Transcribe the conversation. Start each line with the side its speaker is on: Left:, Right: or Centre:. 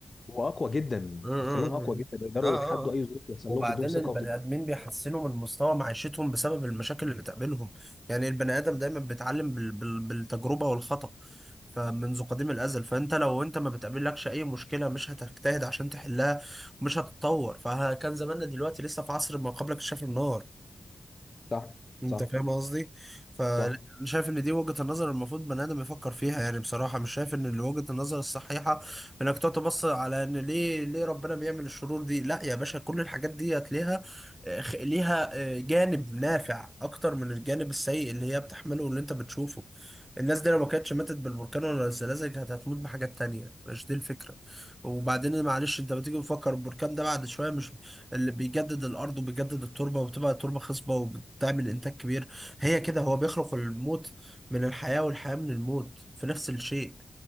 Left: واقوى جدا
Right: اه اه
Left: بتخليهم اقوى جدا بيقدروا
Right: اه آه،
Left: يتحدوا
Right: آه.
Left: اي ظروف يحصل
Right: وبعدين
Left: لهم تديهم ثقه
Right: البني
Left: وتد...
Right: ادمين بيحسنوا من مستوى معيشتهم بسبب المشاكل اللي بتقابلهم يعني البني ادم دايما بيتعلم بال... بال... بالتجربة والخطأ فمنذ قديم الازل فانت لو انت ما بتقابلكش اي مشكلة مش هتجتهد عشان تحلها ومش هتتطور فكان زماننا دلوقتي لسه في عصر ما قبل اكتشاف النار
Left: صح
Right: انت
Left: صح
Right: فاهم قصدي فانا
Left: صح
Right: شايف ان دي وجهة النظر المفروض بني ادم يفكر فيها يعني بصراحة مش شايف ان وجهة النظر الصحيحة انك تقعد تبص على ان ليه ليه ربنا بيعمل الشرور دي لا يا باشا كل الحاجات دي هتلاقيها آه، خ- ليها آه، جانب نافع اكتر من الجانب السيء اللي هي بتحمله واللي انت بتشوفه الناس دي لو ما كانتش ماتت بالبركان ولا الزلازل كانت هتموت بحاجات تانية مش دي الفكرة وبعدين معلش انت بتيجي تفكر البركان ده بعد شوية مش اللي بيجدد الارض وبيجدد التربه وبتبقى التربه خصبه وبتعمل انتاج كبير هي كده هو بيخلق الموت من الحياه والحياه من الموت في نفس الشيء